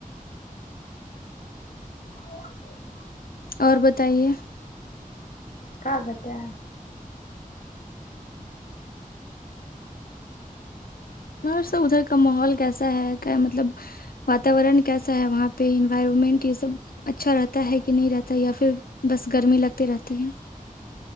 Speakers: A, on the left (about 60°); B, on the left (about 80°).
A: آ
B: اور بتائیے
A: کا بتائیں
B: وہاں ادھر کا ماحول کیسا ہے کیا مطلب واتاورن کیسا ہے وہاں پہ انوائرمنٹ یہ سب اچھا رہتا ہے کہ نہیں رہتا ہے یا پھر بس گرمی لگتی رہتی ہے